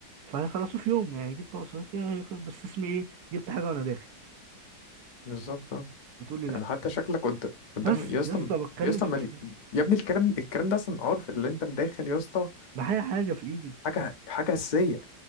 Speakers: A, on the right; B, on the left.
A: فهيخلصووا في يوم يعني جبت اقصى بس اسمي ايه جبت حاجه وانا داخل
B: بالظبط أه
A: بتقول لي
B: يعني
A: لا
B: حتى شكلك قدام قدام
A: بس
B: يا اسطى
A: يا اسطى بتكلم
B: يا اسطى
A: في
B: ما
A: كده
B: ال- يا ابني الكلام الكلام ده أصلا عارف اللي أنت داخل يا اسطى
A: معايا حاجه في ايدي
B: حاجة حاجة أساسية